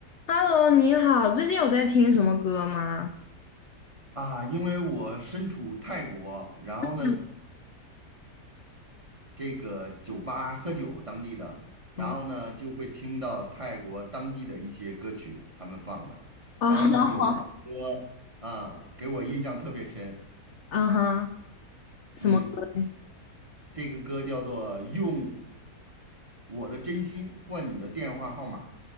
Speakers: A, on the left; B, on the right.
A: Hello，你好，最近有在听什么歌吗？
B: 啊，因为我身处泰国，然后呢，
A: 嗯，
B: 这个酒吧喝酒当地的，然后呢就会听到泰国当地的一些歌曲他们放的，
A: 哦，啊哈，
B: 然后呢有一首歌啊给我印象特别深，
A: 啊哈，什么歌嘞？
B: 嗯，这个歌叫做《用我的真心换你的电话号码》，